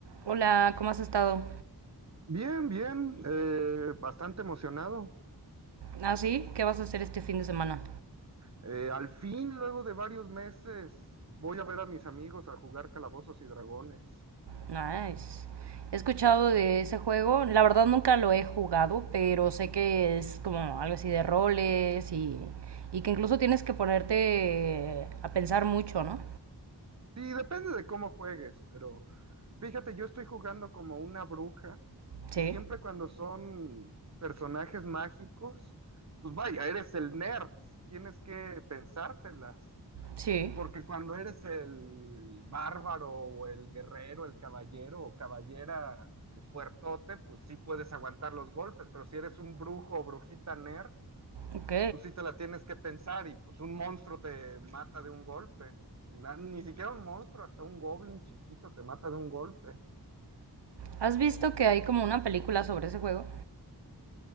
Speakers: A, on the right (about 80°); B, on the right (about 40°).
A: Hola, ¿cómo has estado?
B: Bien, bien, eh, bastante emocionado.
A: ¿Ah, sí? ¿Qué vas a hacer este fin de semana?
B: Eh, al fin, luego de varios meses, voy a ver a mis amigos a jugar Calabozos y Dragones.
A: Nice. He escuchado de ese juego. La verdad nunca lo he jugado, pero sé que es como algo así de roles y, y que incluso tienes que ponerte a pensar mucho, ¿no?
B: Sí, depende de cómo juegues, pero fíjate, yo estoy jugando como una bruja
A: Sí,
B: y siempre cuando son personajes mágicos, pues vaya, eres el nerd, tienes que pensártelas.
A: sí.
B: Porque cuando eres el bárbaro o el guerrero, el caballero o caballera pues, fuertote, pues sí puedes aguantar los golpes, pero si eres un brujo o brujita nerd,
A: Ok.
B: pues sí te la tienes que pensar y pues un monstruo te mata de un golpe. Na- Ni siquiera un monstruo, hasta un goblin chiquito te mata de un golpe.
A: ¿Has visto que hay como una película sobre ese juego?